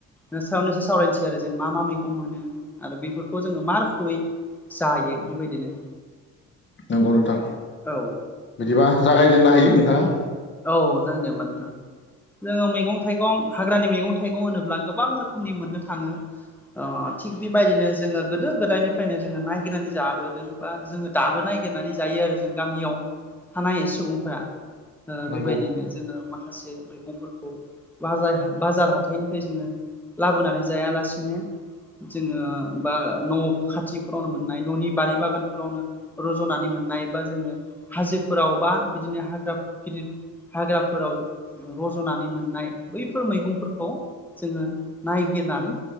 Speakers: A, in the centre; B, on the left (about 40°).
A: <unintelligible> सावरायनोसै आरो जों मा मा मै खौ मोनो आरो बेफोरखौ जोङो मा रोखोमै जायो बेबायदिनो
B: नंगौ नोंथां
A: औ
B: बिदिबा जागायजेननो हायो नोंथाङा
A: औ जागोन दे होमबा नोंथां जोङो मैगं था गं हाग्रानि मैगं थाइगं होनोब्ला गोबां रोखोमनि मोननो थाङो। ओ थिग बेबायदिनो जोङो गोदो गोदायनिफ्रायनो जोङो नायगिरनानै जाबोदों बा जोङो दाबो नागिरनानै जायो आरो जों गामियाव थानाय सुबुंफोरा ओ
B: नंगौ
A: बेबायदिनो जोङो माखासे मैगंफोरखौ बा जाय बाजार हाथाइनिफ्राय जोङो लाबोनानै जायालासिनो जोङो बा न' खाथिफोरावनो मोननाय न'नि बारि बागानफोरावनो रज'नानै मोननाय बा जोङो हाजोफोराव बा बिदिनो हाग्रा गिदिर हाग्राफोराव रज'नानै मोननाय बैफोर मैगंफोरखौ जोङो नायगिरनानै